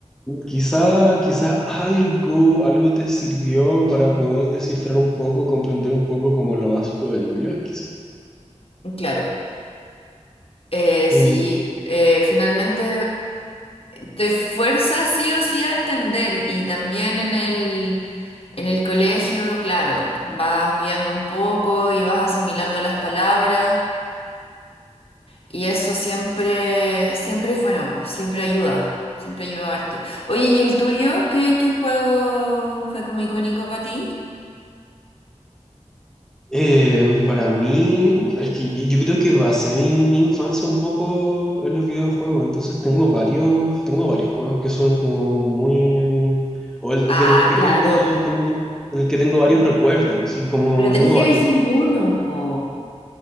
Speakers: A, in the centre; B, on the left (about 55°).
A: Quizás, quizás algo, algo te sirvió para poder descifrar un poco, comprender un poco como lo básico del inglés, quizás.
B: Claro, eh,
A: Mm,
B: sí, eh, finalmente te fuerza sí o sí a entender y también en el, en el colegio, claro, vas viendo un poco y vas asimilando las palabras y eso siempre, siempre es bueno, pues siempre ayuda, siempre ayuda harto. Oye, ¿y el tuyo? ¿Qué, qué juego fue como icónico para ti?
A: eh, para mí, es que yo yo creo que basé mi, mi infancia un poco en los videojuegos, entonces tengo varios, tengo varios juegos que son como muy, o el- en
B: Ah,
A: el que
B: claro,
A: tengo,
B: obvio.
A: tengo, en el que tengo varios recuerdos, así como
B: Pero tenés
A: tengo
B: que
A: varios
B: elegir uno, po.